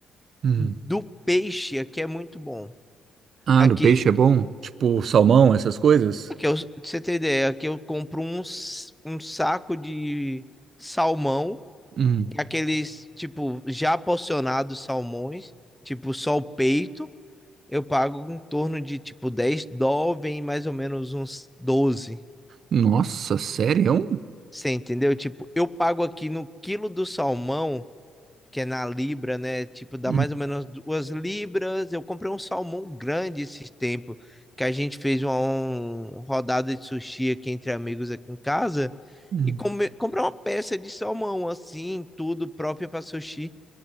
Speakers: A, on the right; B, in the centre.
A: Hum.
B: do peixe aqui é muito bom.
A: Ah,
B: Aqui,
A: do peixe é bom? Tipo salmão, essas coisas?
B: aqui eu, pra você ter ideia, aqui eu compro um, s- um saco de salmão
A: Hum.
B: aqueles, tipo, já porcionados salmões, tipo, só o peito, eu pago em torno de, tipo, 10 dólares, vem mais ou menos uns doze
A: Nossa, sério?
B: Você entendeu? Tipo, eu pago aqui no quilo do salmão, que é na libra, né? Tipo, dá
A: Hum,
B: mais ou menos duas libras. Eu comprei um salmão grande esses tempos, que a gente fez uma, um- rodada de sushi aqui entre amigos aqui em casa.
A: hum.
B: E come, comprei uma peça de salmão, assim, tudo próprio para sushi.